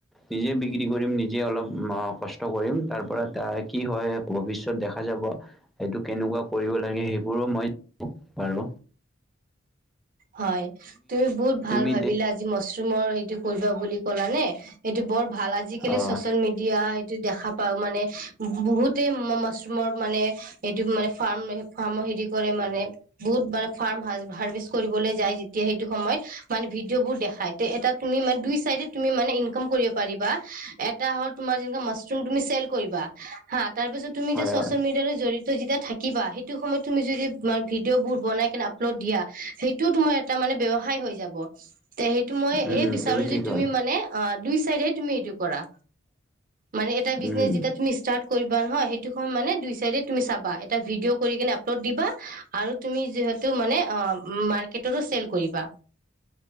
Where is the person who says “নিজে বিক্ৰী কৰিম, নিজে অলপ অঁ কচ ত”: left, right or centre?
Centre